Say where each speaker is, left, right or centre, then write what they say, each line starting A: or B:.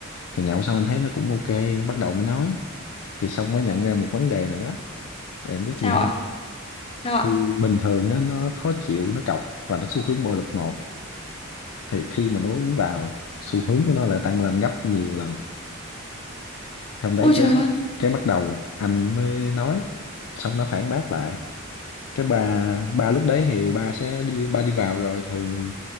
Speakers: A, on the left; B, on the left.
A: thì nhậu xong anh thấy nó cũng ok bắt đầu mới nói thì xong mới nhận ra một vấn đề nữa là em biết
B: sao
A: gì không
B: ạ sao ạ
A: thì bình thường á, nó khó chịu nó cọc và nó xu hướng bạo lực một thì khi mà nó uống vào xu hướng của nó lại tăng lên gấp nhiều lần hôm đấy
B: ôi
A: cái
B: trời ơi
A: cái bắt đầu anh mới nói xong nó phản bác lại cái bà bà lúc đấy thì bà sẽ đi ba đi vào rồi thường